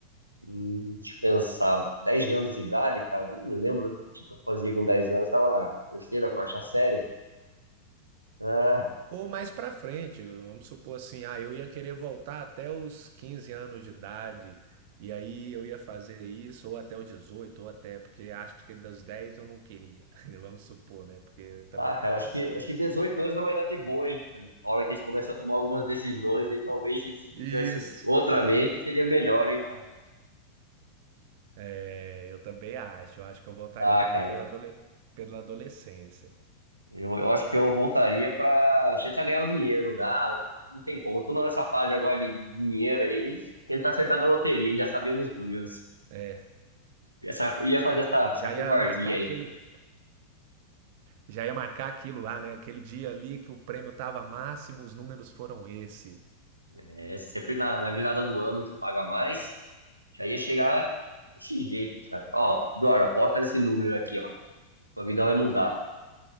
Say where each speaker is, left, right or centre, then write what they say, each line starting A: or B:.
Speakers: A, on the right; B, on the right.
A: Hum, deixa eu pensar, 10 anos de idade, cara, nem lembro o que eu fazia com 10 anos, tava na terceira, quarta série. Ah,
B: Ou mais pra frente, vamos supor assim, ah, eu ia querer voltar até os 15 anos de idade, e aí eu ia fazer isso, ou até os 18 ou até, porque acho que dos 10 eu não queria. <laughs> Vamos supor, né? Porque eu também
A: ah, cara,
B: tava pensando
A: acho que, acho
B: nisso.
A: que 18 anos é uma idade boa, hein? A hora que a gente começa a tomar algumas decisões aí, talvez se
B: Isso.
A: tivesse outra mente, seria melhor, hein, cara?
B: É, eu também acho. Eu acho que eu voltaria
A: Ah,
B: também
A: cara,
B: pela, adole- pela adolescência.
A: Eu, eu acho que eu voltaria para tentar ganhar o dinheiro. Ah, não tem como. Tô nessa fase agora de dinheiro aí. Tentar acertar na loteria, já sabia os números.
B: É,
A: Essa, ia fazer essa, essa
B: Já
A: covardia
B: ia marcar
A: aí.
B: aquele. já ia marcar aquilo lá, né? Aquele dia ali que o prêmio tava máximo, os números foram esse.
A: É sempre na, na virada do ano que paga mais. Já ia chegar desse jeito, cara. Ó, Eduardo, aposta nesse número aqui, ó. Sua vida vai mudar.